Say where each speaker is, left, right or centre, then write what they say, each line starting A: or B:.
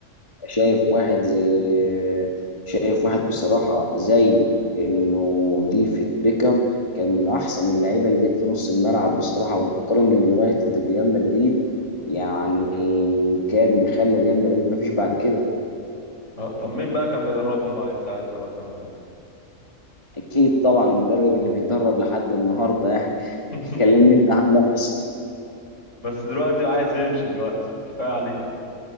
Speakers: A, on the left; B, on the left.
A: شايف واحد زي شايف واحد بصراحة زي انه ديفيد بيكام كان من احسن اللعيبة اللي جت في نص الملعب بصراحة وانتقاله من اليونايتد لريال مدريد يعني كان مخلي ريال مدريد مفيش بعد كده
B: آه، طب مين بقى كان بيدربهم بقى ساعتها وقتها بقى
A: اكيد طبعا المدرب اللي بيتدرب لحد النهارده يعني
B: <laughs>
A: <laughs> كلمني انت عن نفسك
B: بس دلوقتي عايز يمشي دلوقتي كفاية عليه كده